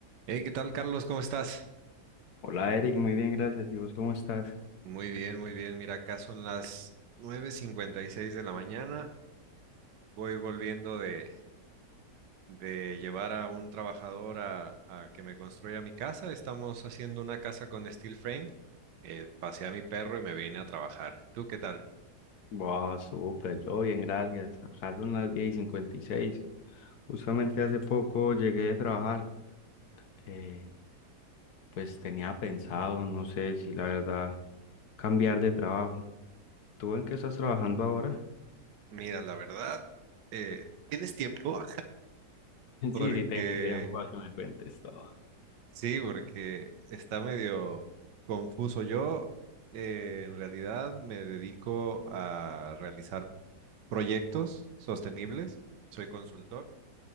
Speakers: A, on the right; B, on the left.
A: Hey, ¿qué tal, Carlos? ¿Cómo estás?
B: Hola Eric, muy bien, gracias. ¿Y vos cómo estás?
A: Muy bien, muy bien. Mira, acá son las nueve cincuenta y seis de la mañana. Voy volviendo de, de llevar a un trabajador a, a que me construya mi casa. Estamos haciendo una casa con steel frame. Eh, pasé a mi perro y me vine a trabajar. ¿Tú qué tal?
B: Wow, súper, Yo bien, gracias. Acá son las 10 y cincuenta y seis. Justamente hace poco llegué de trabajar. Eh, pues tenía pensado, no sé si la verdad, cambiar de trabajo. ¿Tú en qué estás trabajando ahora?
A: Mira, la verdad, eh, ¿tienes tiempo?
B: <laughs> Sí,
A: Porque
B: sí, tengo <laughs> tiempo a que me cuentes todo.
A: sí, porque está medio confuso. Yo, eh, en realidad, me dedico a realizar Proyectos sostenibles. Soy consultor.